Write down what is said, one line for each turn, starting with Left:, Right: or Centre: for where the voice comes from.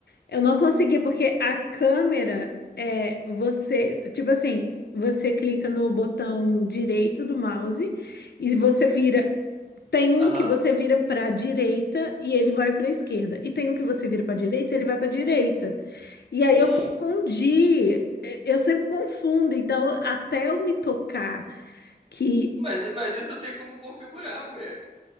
Left: eu não conseguia porque a câmera é você, tipo assim, você clica no botão direito do mouse e você vira tem um
Right: Aham.
Left: que você vira para a direita e ele vai para a esquerda. E tem um que você vira para a direita e ele vai para a direita. E aí
Right: Sim.
Left: eu confundi. eh, Eu sempre confundo. Então, até eu me tocar que
Right: Mas, mas isso tem como configurar, mulher.